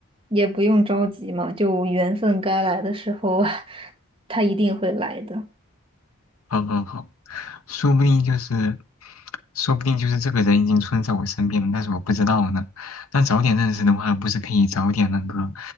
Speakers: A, on the right; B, on the left.
A: 也不用着急嘛，就缘分该来的时候，<laughs> 他一定会来的。
B: 好好好，说不定就是，说不定就是这个人已经出生在我身边了，但是我不知道呢。那早点认识的话，不是可以早点那个